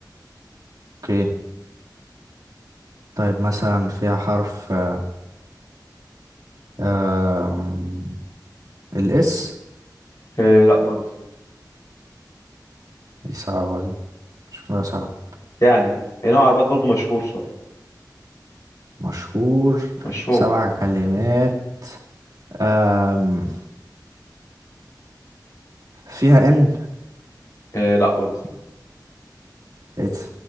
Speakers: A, on the right (about 60°); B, on the left (about 50°).
A: اوكي طيب مثلا فيها حرف آه، آم، الاس
B: آه لا برضو
A: دي صعبة دي شكلها صعب
B: يعني هي نوع عربيات برضو مشهور شويه
A: مشهور
B: مشهور
A: سبع كلمات آم، فيها ان
B: آه لا برضو
A: إت.